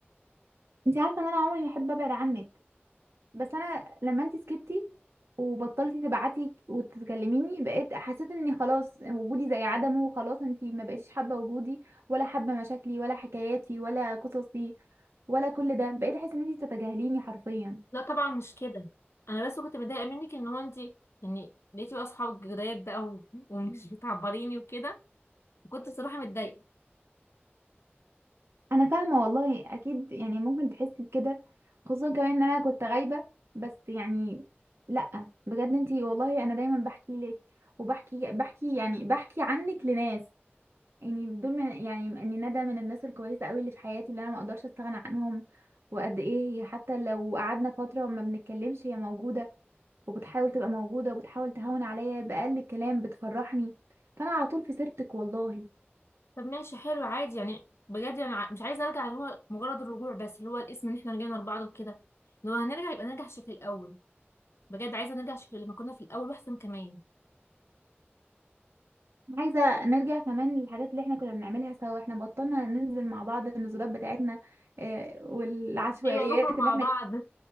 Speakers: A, on the right; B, on the left.
A: انت عارفه ان انا عمري ما احب ابعد عنك بس انا لما انت سكتي وبطلتي تبعتي وتتكلميني بقيت حسيت اني خلاص وجودي زي عدمه وخلاص انت ما بقيتيش حابه وجودي ولا حابه مشاكلي ولا حكاياتي ولا قصصي ولا كل ده بقيت احس ان انت بتتجاهليني حرفيا
B: لا طبعا مش كده انا بس كنت متضايقه منك ان هو انت يعني لقيتي بقى اصحاب جداد بقى و- ومش <laughs> بتعبريني وكده وكنت صراحه متضايقه
A: انا فاهمه والله اكيد يعني ممكن تحسي بكده خصوصا كمان ان انا كنت غايبه بس يعني لا بجد انت والله انا دايما بحكي لك وبحكي بحكي يعني بحكي عنك لناس يعني دول من يعني اني ندى من الناس الكويسه قوي اللي في حياتي اللي انا ما اقدرش استغنى عنهم وقد ايه هي حتى لو قعدنا فتره ما بنتكلمش هي موجوده وبتحاول تبقى موجوده وبتحاول تهون عليا باقل كلام بتفرحني فانا على طول في سيرتك والله
B: طب ماشي حلو عادي يعني بجد انا ع- مش عايزه ارجع اللي هو مجرد الرجوع بس اللي هو الاسم ان احنا رجعنا لبعض وكده لو هنرجع يبقى نرجع شكل الاول بجد عايزه نرجع شكل لما كنا في الاول واحسن كمان
A: عايزه نرجع كمان للحاجات اللي احنا كنا بنعملها سوا احنا بطلنا ننزل مع بعض النزولات بتاعتنا آه، والعشوائيات
B: ايوه نخرج
A: اللي
B: مع
A: احنا
B: بعض